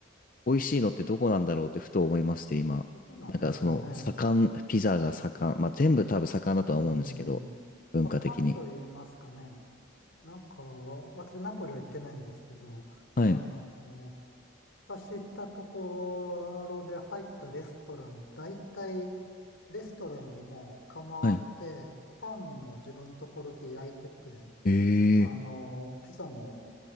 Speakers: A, on the left; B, on the left.
A: 美味しいのってどこなんだろうってふと思いまして、今。
B: どこなんでしょうね。
A: なんかその、盛ん、ピザが盛ん、まあ全部多分盛んだとは思うんですけど、
B: うーん、盛んと言いますかね。
A: 文化的に。
B: なんか、私、ナポリは行ってないんですけど、
A: はい。
B: あの、私行ったところで入ったレストラン、大体、レストランにも構って、
A: はい。
B: パンも自分のところで焼いてて、
A: え
B: あの、
A: え。
B: ピザも